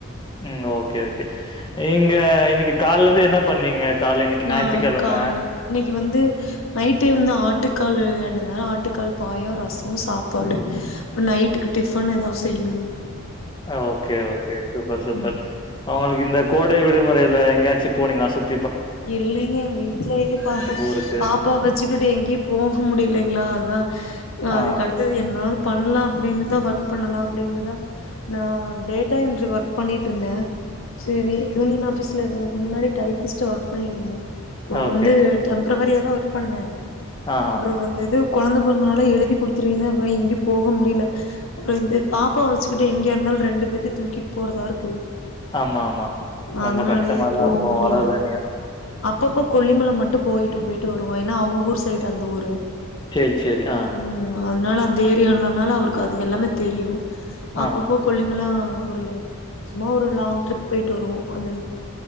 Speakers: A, on the left; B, on the left.
A: உம் ஓகே ஓகே நீங் க இன்னக்கி கால்லேந்து என்னா பண்ணீங்க காலைல இன்னைக்கு
B: நா
A: ஞாயித்துக்கிழமை.
B: கால இன்னக்கி வந்து நைட்டு வந்து ஆட்டுக் காலு வாய்ண்ட்டு வந்தனால ஆட்டுக்கால் பாயா ரசொ சாப்பாடு அப்றோ நைட்டுக்கு டிஃபனு ஏதாவ்து செய்யணு
A: அ ஓகே ஓகே சூப்பர் சூப்பர்
B: ம்
A: உங்களுக்கு இந்த கோடை விடுமுறையில எங்கேயாச்சும் போனீங்கலா சுத்
B: இல்லைங்க வீட்லயே பா
A: ஊருக்கு?
B: பாப்பா வச்சுக்கிட்டு எங்கேயு போக முடியலைங்களா அதுதா அதுக்கு
A: ஆ.
B: அடுத்தது என்னா பண்ணலா அப்படின்னு தா ஒர்க் பண்ணலா அப்படின்டு தா நா டேட்டா என்ட்ரி ஒர்க் பண்ணிட்டு இருந்த சரி யூனியன் ஆஃபிஸ் க்கு முன்னாடி டைப்பிஸ்ட் ஆ ஒர்க் பண்ணிட்டருந்தே இப்போ
A: ஓகே.
B: வந்து டெம் ப்ரவரியா தா ஒர்க் பண்ணே
A: ஆஹா.
B: அப்புற வந்து இது கொழந்த பொறந்தனால எழுதி குடுத்துருவீங்க அப்புற எங்கியு போக முடியல அப்புற இந்த பாப்பா வச்சுக்கிட்டு எங்கயா இருந்தாலு ரெண்டு பேத்தையு தூக்கிட்டு போறதா இருக்கு
A: ஆமா ஆமா ரொம்ப
B: அதனாலயே
A: கஷ்டமாதா
B: போக
A: இருக்கு
B: முடியல
A: வளரந்துனியு
B: அப்பப்போ கொல்லிமல மட்டு போயிட்டு போயிட்டு வருவோ ஏன்னா அவுங்கூர் சைடு அந்த ஊரு
A: ச்சேரி ச்சேரி ஆ
B: ம் அதனால அந்த ஏரியானால அவருக்கு அது எல்லாமே தெரியும் அப்பப்போ
A: ஆஹா.
B: கொல்லிமல ஒரு சும்மா ஒரு லாங் ட்ரிப் போயிட்டு வருவோ அந்த